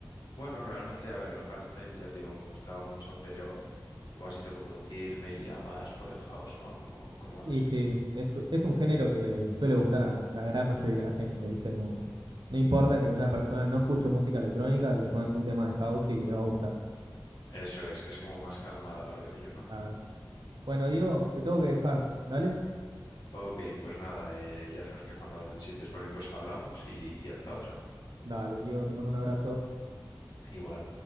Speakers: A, on the left; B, on the right.
A: bueno, realmente, a ver, el hardstyle ya te digo, me gustaba mucho, pero igual si tengo que producir, me iría más por el house, ¿no? Como, como haces
B: Y sí,
A: tú.
B: es, es un género que le suele gustar a la gran mayoría de la gente, ¿viste? Como que no importa que una persona no escuche música electrónica, le pones un tema de house
A: Ujú.
B: y le va a gustar.
A: Eso es, que es como más calmada la veo yo, ¿no?
B: Claro. Bueno, Diego, te tengo que dejar, ¿dale?
A: Ok, pues nada, eh, ya sabes que cuando necesites cualquier cosa hablamos y, y hasta otra.
B: Dale, Diego, te mando un abrazo.
A: Igual.